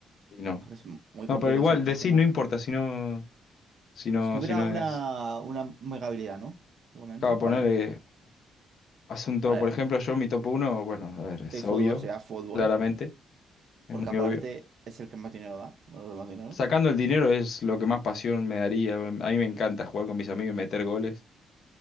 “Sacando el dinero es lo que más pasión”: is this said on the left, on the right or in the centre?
Left